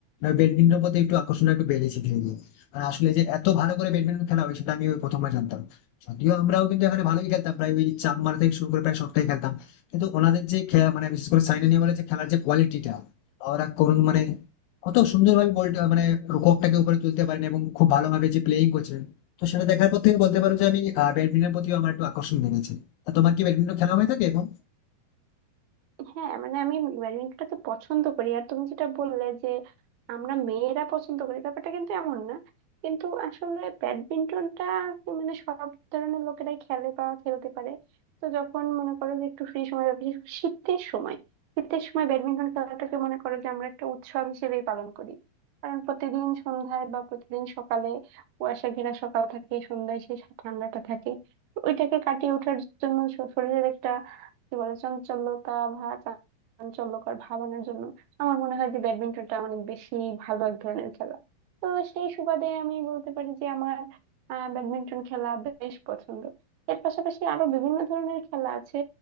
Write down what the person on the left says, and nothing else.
ব্যাডমিন্টন প্রতি একটু আকর্ষণ একটু বেড়েছে ধীরে ধীরে আর আসলে যে এত ভালো করে ব্যাডমিন্টন খেলা হয় সেটা আমি ওই প্রথমবার জানতাম যদিও আমরাও কিন্তু এখানে ভালোই খেলতাম প্রায় ওই চাপ মারা থেকে শুরু করে প্রায় সবটাই খেলতাম কিন্তু ওনাদের যে খে- মানে বিশেষ করে সাইনা নেহওয়ালের যে খেলার যে কোয়ালিটিটা ওরা কোন মানে কত সুন্দরভাবে বলটা মানে রুককটাকে উপরে তুলতে পারেন এবং খুব ভালোভাবে যে প্লেয়িং করছিলেন তো সেটা দেখার পর থেকে বলতে পারো যে আমি ব্যাডমিন্টনের প্রতিও আমার একটু আকর্ষণ বেড়েছে তা তোমার কি ব্যাডমিন্টন খেলা হয়ে থাকে এখন